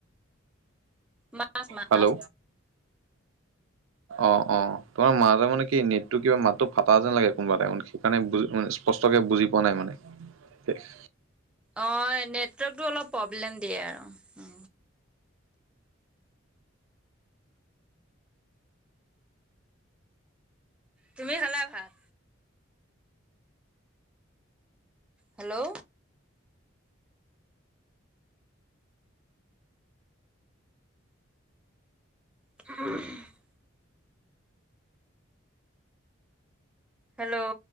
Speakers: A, in the centre; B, on the right (about 75°).
A: মাছ মাছ
B: হেল্ল' অ অ তোমাৰ মাজে মানে কি নিটটো কিবা মাতটো ফাটা যেন লাগে কোনোবা টাইমত সেইকাৰণে স্পষ্টকে বুজি পোৱা নাই মানে।
A: অ নেটৱৰ্কতটো অলপ প্ৰব্লেম দিয়ে আৰু উম তুমি খালা ভাত? Hello <unintelligible> hello